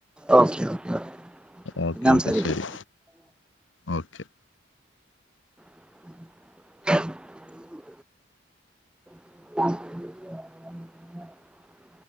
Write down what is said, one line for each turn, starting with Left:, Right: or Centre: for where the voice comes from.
Centre: ഓക്കെ ഓക്കെ
Left: ഓക്കേ
Centre: പിന്നെ സംസാരിക്കാം
Left: ഓക്കേ ശരി ഓക്കേ
Centre: <inaudible> <inaudible>